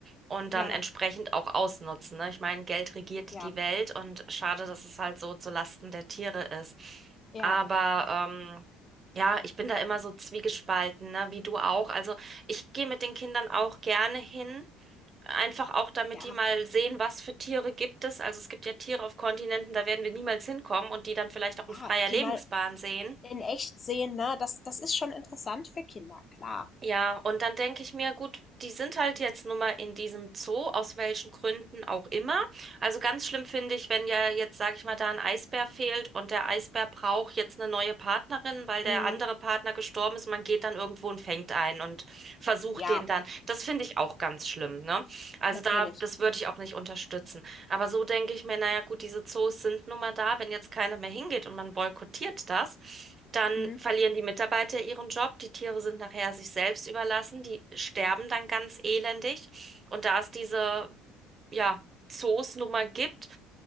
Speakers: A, on the right; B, on the left.
A: und
B: Ja,
A: dann entsprechend auch ausnutzen, ne? Ich meine, Geld regiert
B: ja,
A: die Welt und schade, dass es halt so zu Lasten der Tiere ist.
B: ja,
A: Aber ähm, ja, ich bin da immer so zwiegespalten, ne? Wie du auch. Also ich gehe mit den Kindern auch gerne hin. Einfach auch, damit
B: ja,
A: die mal sehen, was für Tiere gibt es. Also es gibt ja Tiere auf Kontinenten, da werden wir niemals hinkommen und die dann vielleicht auch in
B: ja,
A: freier
B: die
A: Lebensbahn
B: mal
A: sehen.
B: in echt sehen, ne? Das das ist schon interessant für Kinder, klar.
A: Ja, und dann denke ich mir, gut, die sind halt jetzt nun mal in diesem Zoo, aus welchen Gründen auch immer. Also ganz schlimm finde ich, wenn ja jetzt, sage ich mal, da ein Eisbär fehlt und der Eisbär braucht jetzt eine neue Partnerin, weil der
B: Mhm.
A: andere Partner gestorben ist. Man geht dann irgendwo und fängt einen und versucht
B: Ja,
A: den dann. Das finde ich auch ganz schlimm, ne? Also
B: natürlich.
A: da, das würde ich auch nicht unterstützen. Aber so denke ich mir, naja, gut, diese Zoos sind nun mal da. Wenn jetzt keiner mehr hingeht und man boykottiert das, dann
B: Mhm.
A: verlieren die Mitarbeiter ihren Job. Die Tiere sind nachher sich selbst überlassen. Die sterben dann ganz elendig. Und da es diese, ja, Zoos nun mal gibt,